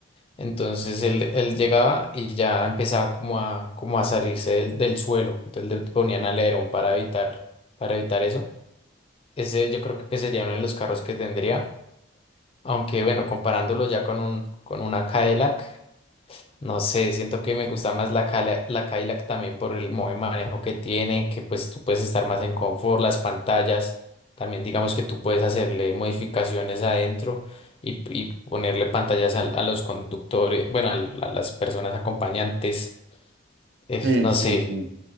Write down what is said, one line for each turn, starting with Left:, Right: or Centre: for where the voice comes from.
Left: entonces él, él llegaba y ya empezaba como a, como a salirse del, del suelo, entonces le ponían alerón para evitar, para evitar eso. Ese yo creo que sería uno de los carros que tendría, aunque bueno, comparándolo ya con un, con una Cadillac. No sé, siento que me gusta más la, Cala- la Cadillac también por el modo de manejo que tiene, que pues tú puedes estar más en confort, las pantallas, también digamos que tú puedes hacerle modificaciones adentro y, y ponerle pantallas al- a, los conductores, bueno, al- a, las personas acompañantes, eh,
Right: Sí,
Left: no
Right: sí,
Left: sé,
Right: sí.